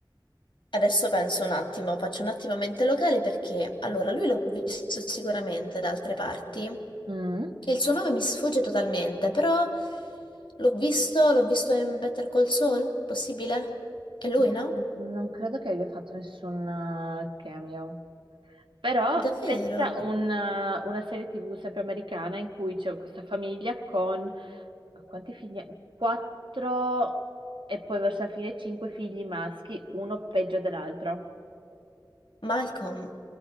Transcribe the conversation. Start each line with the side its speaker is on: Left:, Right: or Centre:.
Left: Adesso penso un attimo, faccio un attimo mente locale perché allora lui l'ho visto sicuramente da altre parti
Right: Mm.
Left: e il suo nome mi sfugge totalmente, però l'ho visto, l'ho visto in Better Call Saul, possibile? È lui,
Right: Mm,
Left: no?
Right: Non credo che abbia fatto nessun eh, cameo. Però
Left: Davvero?
Right: pensa a un- una serie TV sempre americana in cui c'è questa famiglia con quanti figli? Quattro e poi verso la fine cinque figli maschi, uno peggio dell'altro.
Left: Malcolm.